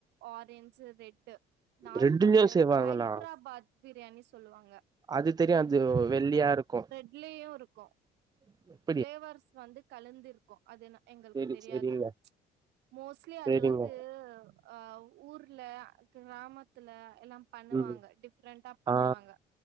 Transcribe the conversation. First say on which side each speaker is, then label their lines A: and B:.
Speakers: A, on the right; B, on the right.
A: ஆரஞ்சு, ரெட்டு நால்
B: ரெட்டுலயு
A: கலர்
B: செய்வாங்களா
A: ஹைத்ராபாத் பிரியாணி சொல்லுவாங்க
B: அது தெரியு அது வெள்ளியா இருக்கு
A: இலயு இருக்கோ
B: <inaudible>
A: ஃபிளேவர்ஸ் வந்து கலந்து இரு க்கு அது ந எங்களுக்கு
B: சரி
A: தெரியாது
B: சரிங்க
A: மோஸ்ட்லி அது
B: சரிங்க
A: வந்து ஆ ஊர்ல கிராமத்துல எல்லாம் பண்ணுவாங்க
B: ம்
A: டிஃப்ரெண்டாப் பண்ணுவாங்க
B: ஆ